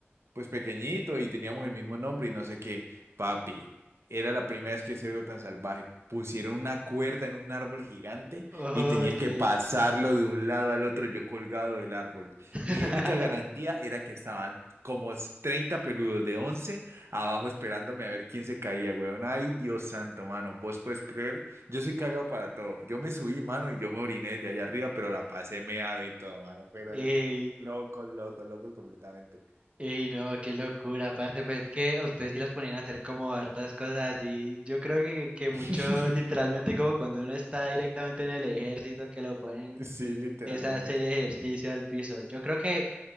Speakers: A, on the right; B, on the right.
A: pues pequeñito y teníamos el mismo nombre y no sé qué. Papi, era la primera vez que hacía algo tan salvaje. Pusieron una cuerda en un árbol gigante
B: Oh,
A: y tenía
B: Ok.
A: que pasarlo de un lado al otro yo colgado del árbol.
B: <laughs>
A: Mi única garantía era que estaban como 30 peludos de 11 abajo esperándome a ver quién se caía, weón. Ay, Dios santo, mano, vos puedes creer, yo soy cagado para todo. Yo me subí, mano, y yo me oriné de allá arriba, pero la pasé meado y todo, mano, pero
B: Ey,
A: de loco, loco, loco completamente.
B: ey, no, qué locura, parce, pues es que a ustedes sí los ponían a hacer como hartas cosas y yo creo que, que
A: <laughs>
B: mucho literalmente como cuando uno está directamente en el ejército que lo ponen
A: Sí, literalmente.
B: es a hacer ejercicio al piso. Yo creo que